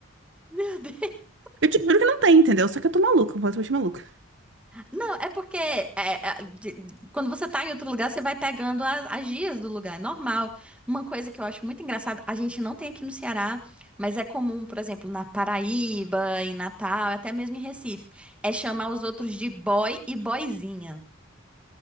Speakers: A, in the centre; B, on the right.
A: Meu <laughs> Deus.
B: Eu te juro que não tem, entendeu? Só que eu tô maluca, completamente maluca.
A: Não, é porque é, é, de- quando você tá em outro lugar, você vai pegando as, as gírias do lugar, é normal. Uma coisa que eu acho muito engraçada, a gente não tem aqui no Ceará, mas é comum, por exemplo, na Paraíba, em Natal, até mesmo em Recife, é chamar os outros de boy e boyzinha.